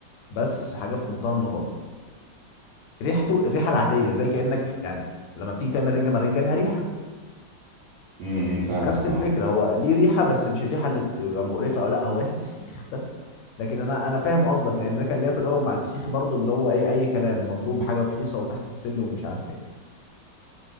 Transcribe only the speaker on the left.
بس حاجة في منتهى النظافة ريحته الريحة العادية زي كأنك يعني لما بتيجي تعمل رنجة مرنجة ليها ريحة
نفس
الفكرة هو ليه ريحة بس مش الريحة اللي بتبقى مقرفة او لا هو ريحة فسيخ بس لكن انا انا فاهم قصدك لان انا كان ليا تجارب مع الفسيخ برضو اللي هو ايه اي كلام مضروب حاجة رخيصة وتحت السلم ومش عارف ايه